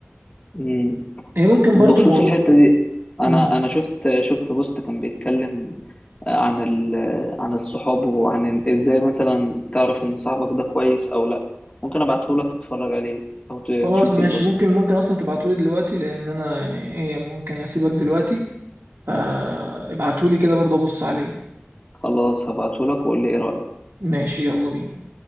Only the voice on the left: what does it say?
مم.
بخصوص
الحتة دي أنا
أنا شفت شفت بوست كان بيتكلم عن ال عن الصحاب وعن ال- إزاي مثلا تعرف إن صاحبك ده كويس أو لأ ممكن أبعتهولك تتفرج عليه أو ت-
تشوف
البوست
خلاص هبعتهولك وقول لي ايه رأيك